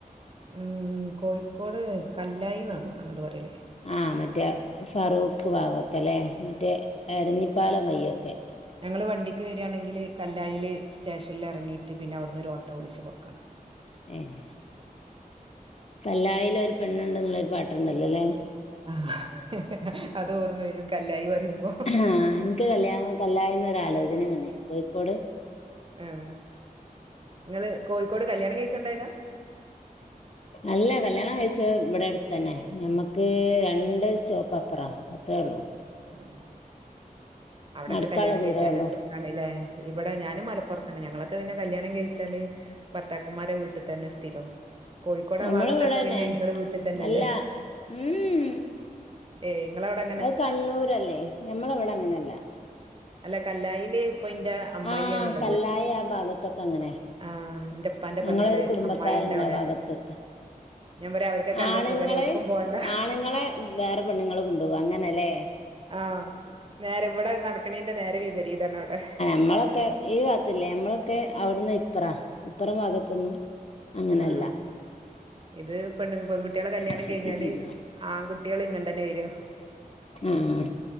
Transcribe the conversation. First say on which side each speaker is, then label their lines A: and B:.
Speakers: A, on the right; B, on the left.
A: ഉം കോഴിക്കോട് കല്ലായിന്നാന്നൊന്ന് അങ്ങട്ട് പറയല്
B: ആഹ് മറ്റേ ഫറൂക്ക് ഭാഗൊക്കെ അല്ലെ മറ്റേ എരഞ്ഞിപ്പാല വയ്യൊക്കെ
A: ഞങ്ങൾ വണ്ടിക്ക് വരണക്കിൽ ഇറങ്ങിയിട്ട് കല്ലായിൽ സ്റ്റേഷൻ പിന്നെ അവിടുന്ന് ഒരു ഓട്ടോ പിടിച്ചു പോകണ്ണം
B: ഏഹ് കല്ലായിലൊരു പെണ്ണുണ്ടെന്ന്ള്ള ഒരു പാട്ട്ണ്ടല്ലോല്ലെ
A: ആഹ് അത് ഓർമ്മ വരും കല്ലായി പറയുമ്പോ
B: ആഹ് എനിക്ക് കല്യാണം കല്ലായിന്നൊര് ആലോചനേം വന്നെനിക്ക് കോയിക്കോട്
A: ഉം ങ്ങള് കോയിക്കോട് കല്യാണം കയിച്ചോണ്ടായതാ
B: അല്ല കല്യാണം കഴിച്ച ഇവിടെ അടുത്ത് തന്നെ മ്മക്ക് രണ്ട് സ്റ്റോപ്പ് അപ്പുറ അത്രയേ ഉള്ളൂ
A: ഉം അവിടൊക്കെ
B: നടക്കാനുള്ള
A: കല്യാണം
B: ദൂരേ
A: കഴിച്ചല്
B: ഉള്ളൂ
A: <unintelligible> ആണല്ലേ ഇവിടെ ഞാനും മലപ്പൊറത്താണ് ഞങ്ങളൊക്കെ പിന്നെ കല്യാണം കയിച്ചാല് ഭർത്താക്കന്മാരെ വീട്ടിൽ തന്നെ സ്ഥിരം കോഴിക്കോട്
B: നമ്മള
A: ആ ഭാഗത്തൊക്കെ
B: ഇവിടെ തന്നെ
A: പിന്നെ ഇങ്ങള് വീട്ടിൽ തന്നെയല്ലേ
B: അല്ല ഉം ഉം
A: ഏ നിങ്ങളവിടെ
B: അത് കണ്ണൂരല്ലേ നമ്മളവിടെ അങ്ങനെയല്ല
A: അല്ല കല്ലായില് ഇപ്പൊ ഇന്റെ അമ്മായിയാണ്ള്ളത്.
B: ആഹ കല്ലായി ആ ഭാഗത്തൊക്കെ അങ്ങനെ
A: ആഹ് ഇന്റെപ്പാന്റെ
B: ഞങ്ങളൊരു
A: പെങ്ങള്
B: കുടുംബക്കാരുണ്ട
A: അമ്മായിണ്ട് അവിടെ.
B: ഭാഗത്ത്
A: ഞാൻ പറയാ അവർക്കൊക്കെ നല്ല
B: ആണുങ്ങളെ
A: സുഖാണ് എവിട്ക്കും പോണ്ട.
B: ആണുങ്ങളെ വേറെ പെണ്ങ്ങൾ കൊണ്ട്പോവാ അങ്ങനല്ലെ
A: ആഹ നേരെ ഇവിടെ നടക്കണീന്റെ നേരെ വിപരീതണ അവിടെ
B: മ്മളൊക്കെ ഈ ഭാഗത്തല്ലേ ഞമ്മളൊക്കെ അവിടന്ന് ഇപ്പ്ര ഇപ്പറം ഭാഗത്തൊന്നും അങ്ങനെയല്ല
A: ആഹ് ഇത് പെൺ പെൺകുട്ടികളെ കല്യാണം
B: ഷെട്ടിട്ടില്ല
A: കഴിഞ്ഞാല് ആൺകുട്ടികൾ ഇങ്ങണ്ടന്നെ വരു
B: ആഹ്